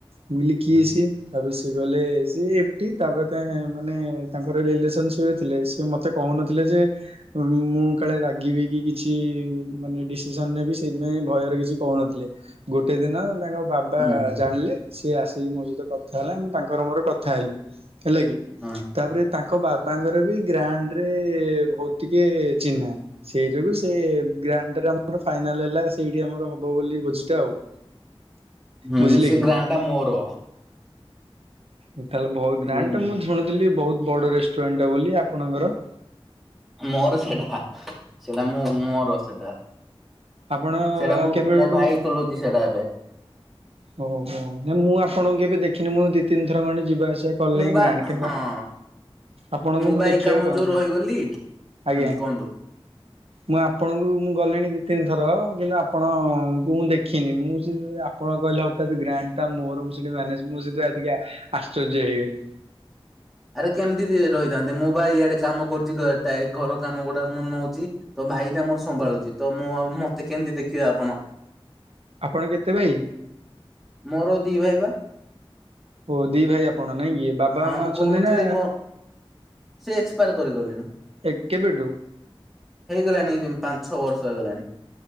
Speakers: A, on the right; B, in the centre.
A: ମୁ କହିଲି କିଏ
B: ହୁଁ
A: ସିଏ ତାପରେ ସିଏ କହିଲେ ସିଏ ଏଫଟି ତାପରେ ମାନେ ତାଙ୍କର ରିଲେସନ୍ସିପ୍ ଥିଲେ ସିଏ ମୋତେ କହୁନଥିଲେ ଯେ ମୁଁ କାଳେ ରାଗିବି କି କିଛି ମାନେ ଡିସିସନ ନେବି ସେଇଥିପାଇଁ ଭୟରେ କିଛି କହୁନଥିଲେ। ଗୋଟେ ଦିନ ତାଙ୍କ ବାବା
B: ହୁଁ ହୁଁ
A: ଜାଣିଲେ ସିଏ ଆସିକି ମୋ ସହିତ କଥା ହେଲା ଆମ ତାଙ୍କର ମୋର କଥା ହେଲୁ ହେଲା କି।
B: ହୁଁ।
A: ତାପରେ ତାଙ୍କ ବାବାଙ୍କର ବି ଗ୍ରାଣ୍ଡରେ ବହୁତ ଟିକେ ଚିହ୍ନା। ସେଇ ଯୋଗୁ ସେ ଗ୍ରାଣ୍ଡଟାରେ ଆମର ଫାଇନାଲ ହେଲା ସେଇଠି ଆମର ହବ ବୋଲି ଖୋଜିଟା ଆଉ। <inaudible>
B: ହୁଁ
A: ବୁଝିଲେ
B: ସେ
A: କି?
B: ଗ୍ରାଣ୍ଡ ଟା ମୋର।
A: ମୁଁ ତାହେଲେ ବହୁତ
B: ବୁଝିଲେ
A: ଗ୍ରାଣ୍ଡଟା
B: କି
A: ମୁଁ ଶୁଣିଥିଲି ବହୁତ ବଡ଼ ରେଷ୍ଟୁରାଣ୍ଟା ବୋଲି ଆପଣଙ୍କର।
B: ମୋର ସେଟା ସେଟା ମୁଁ ମୋର ସେଟା।
A: ଆପଣ
B: ସେଟା ମୋ
A: କେବେଠୁ
B: ମୋ ଭାଇ ଚଲଉଛି ସେଟା ଏବେ।
A: ଓହୋ ନାଇ ମୁଁ ଆପଣଙ୍କୁ କେବେ ଦେଖିନି ମୁଁ ଦି ତିନିଥର ଖଣ୍ଡେ ଯିବା ଆସିବା କଲିଙ୍ଗ
B: ମୁଁ ବା
A: ଗ୍ରାଣ୍ଡ କି
B: ହଁ
A: ନା। ଆପଣଙ୍କୁ ମୁଁ
B: ବା
A: ଦେଖିବାକୁ
B: ଏଇ କାମ
A: ପାଉନି
B: ଯୋଉ ରହିଗଲି ହୁଁ
A: ଆଜ୍ଞା।
B: କୁହନ୍ତୁ।
A: ମୁଁ ଆପଣଙ୍କୁ ମୁଁ ଗଲିଣି ଦି ତିନି ଥର କିନ୍ତୁ ଆପଣଙ୍କୁ ମୁଁ ଦେଖିନି ମୁଁ ସେ ଆପଣ କହିଲେ ହଠତ୍ ଗ୍ରାଣ୍ଡ ଟା ମୋର ସେଠି ମାନେ ମୁଁ ସେଥିପାଇ ଟିକେ ଆଶ୍ଚର୍ଯ୍ୟ ହେଇଗଲି।
B: ଆରେ କେମିତି ରହିଥାନ୍ତୀ ମୁଁ ବା ଇଆଡେ କାମ କରୁଛି ଟ ଘର କାମ ଗୁଡା ମୁଁ ନଉଛି। ତ ଭାଇଟା ମୋର ସମ୍ଭାଳୁଛି ତ ମୁଁ ଆଉ ମତେ କେମିତି ଦେଖିବେ ଆପଣ।
A: ଆପଣ କେତେ ଭାଇ?
B: ମୋର ଦି ଭାଇ ବା।
A: ଓ ଦି ଭାଇ ଆପଣ ନାଇ କି? ବାବା
B: ହଁ
A: ମାମା
B: ମୁଁ
A: ଅଛନ୍ତି
B: କହୁନଥିଲି
A: ନା
B: ମୋ ସେ ଏକ୍ସପାୟାର କରିଗଲେଣି
A: ଏ କେବେଠୁ?
B: ହେଇଗଲାଣି ପାଞ୍ଚ ଛଅ ବର୍ଷ ହେଇଗଲାଣି।